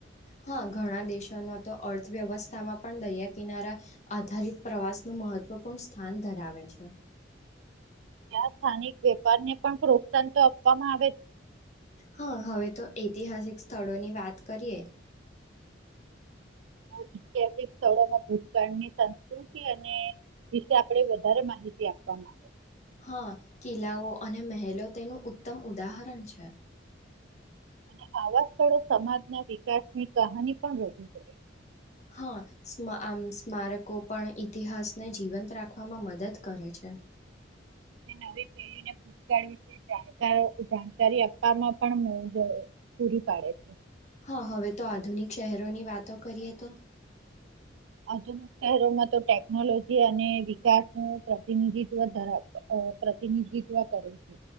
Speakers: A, on the left; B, on the right.
A: હા ઘણા દેશોનો તો અર્થવ્યવસ્થામાં પણ દરિયા કિનારા આધારિત પ્રવાસનું મહત્વપૂર્ણ સ્થાન ધરાવે છે
B: ત્યાં સ્થાનિક વેપારને પણ પ્રોત્સાહન તો આપવામાં આવે
A: હા હવે તો ઐતિહાસિક સ્થળોની વાત કરીએ
B: ઐતિહાસિક સ્થળોમાં ભૂતકાળ ની સંસ્કૃતિ અને વિશે આપણે વધારે માહિતી આપવામાં આવે
A: હા કિલ્લાઓ અને મહેલો તેનું ઉત્તમ ઉદાહરણ છે
B: અને આવા સ્થળો સમાજના વિકાસની કહાની પણ વધી કરે
A: હા આમ સ્મારકો પણ ઇતિહાસને જીવંત રાખવામાં મદદ કરે છે
B: નવી પેઢી ને <inaudible> જાણકારો થી જાન ત્યારે અપ્પામાં પણ <unintelligible> પૂરી પાડે છે
A: હા હવે તો આધુનિક શહેરોની વાતો કરીએ તો
B: આધુનિક શહેરોમાં તો ટેકનોલોજી અને વિકાસ નું પ્રતિનિધિત્વ ધરાવ પ્રતિનિધિત્વ કરે છે